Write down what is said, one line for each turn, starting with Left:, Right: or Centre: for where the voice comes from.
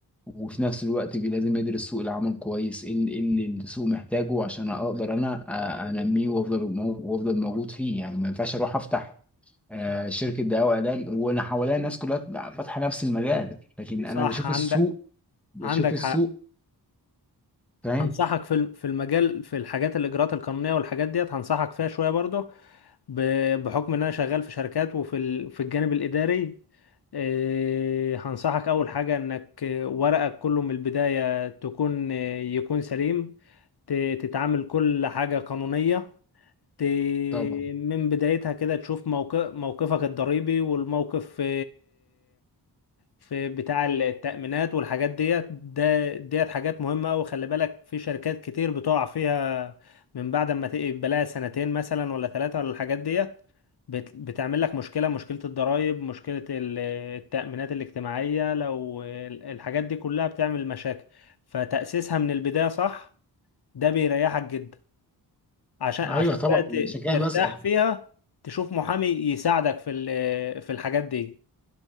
Centre: وفي نفس الوقت بي- لازم يدرس سوق العمل كويس ايه ال- إيه اللي السوق محتاجه عشان اقدر انا أ- انميه وافضل مو- وافضل موجود فيه يعني ما ينفعش اروح افتح آه، شركة دواء وعلاج وانا حواليا الناس كلها فاتحة نفس المجال لكن انا
Left: صح
Centre: بشوف
Left: عندك
Centre: السوق بشوف
Left: عندك
Centre: السوق
Left: حق
Centre: فاهم
Left: هنصحك في الم- في المجال في الحاجات الإجراءات القانونية والحاجات ديت هنصحك فيها شوية برضه ب- بحكم ان انا شغال في شركات وفي ال- في الجانب الاداري آه، هنصحك اول حاجه انك آه، ورقك كله من البدايه تكون آه، يكون سليم ت- تتعامل كل حاجه قانونيه ت-
Centre: طبعا
Left: من بدايتها كده تشوف موقف موقفك الضريبي والموقف في في بتاع التأمينات والحاجات ديت ده ديت حاجات مهمة أوي خلي بالك في شركات كتير بتقع فيها من بعد ما تبقى لها سنتين مثلا ولا ثلاثة ولا الحاجات ديت بت- بتعمل لك مشكلة مشكلة الضرائب مشكلة ال- التأمينات الاجتماعية لو ال- الحاجات دي كلها بتعمل مشاكل فتأسيسها من البداية صح ده بيريحك جدا عشان عشان
Centre: ايوه طبعا
Left: بقى ت-
Centre: عشان كده
Left: ترتاح
Centre: بسأل
Left: فيها تشوف محامي يساعدك في ال- في الحاجات دي